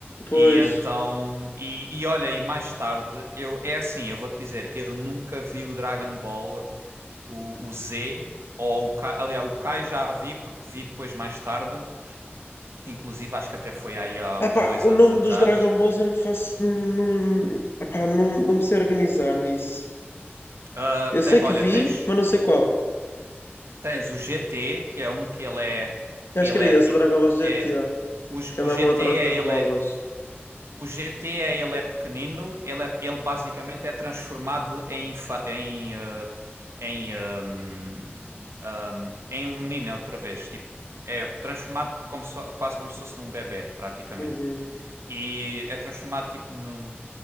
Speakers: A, on the left (about 65°); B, on the right (about 80°).
A: Pois.
B: E então, e, e olha, e mais tarde, eu, é assim, eu vou-te dizer, eu nunca vi o Dragon Ball, o, o Z, ou o Kai, aliás, o Kai já a vi porque vi depois mais tarde. Inclusive, acho que até foi aí há
A: Epá,
B: uns dois
A: o
B: anos
A: nome
B: atrás.
A: dos Dragon Balls eu não faço. Não, não, epá, não, não me sei organizar nisso.
B: Ah,
A: Eu sei
B: tem-
A: que
B: olha,
A: vi,
B: tens,
A: mas não sei qual.
B: tens o GT, que é um que ele é,
A: Acho
B: ele
A: que era
B: é
A: esse,
B: tipo,
A: o Dragon Ball GTA,
B: é, o, G-
A: que
B: o
A: andavam
B: GT
A: atrás
B: é,
A: das
B: ele
A: bolas.
B: é, o GT é, ele é pequenino, ele, é, ele basicamente é transformado em, infa- em, ah, em, ahm, ahm, em um menino outra vez, tipo, é transformado como se fo- quase como se fosse num bebé, praticamente.
A: Uhum.
B: E é transformado tipo num.